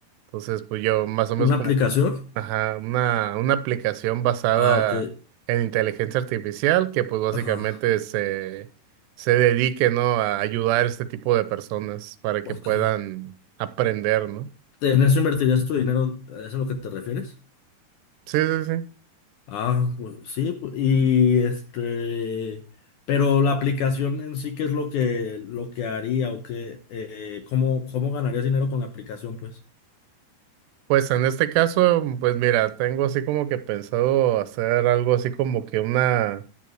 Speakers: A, on the right; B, on the left.
A: Entonces, pues yo más o menos
B: ¿Una
A: como
B: aplicación?
A: que, ajá, una, una aplicación basada
B: Ah, ok.
A: en inteligencia artificial que pues básicamente
B: Ajá.
A: se, se dedique, ¿no? A ayudar a este tipo de personas para que
B: Ok.
A: puedan aprender, ¿no?
B: ¿En eso invertirías tu dinero? ¿Es a lo que te refieres?
A: Sí, sí, sí.
B: Ah, pues sí, pu- y este, pero la aplicación en sí, ¿qué es lo que lo que haría o qué, eh, cómo, cómo ganarías dinero con la aplicación, pues?
A: Pues en este caso, pues mira, tengo así como que pensado hacer algo así como que una...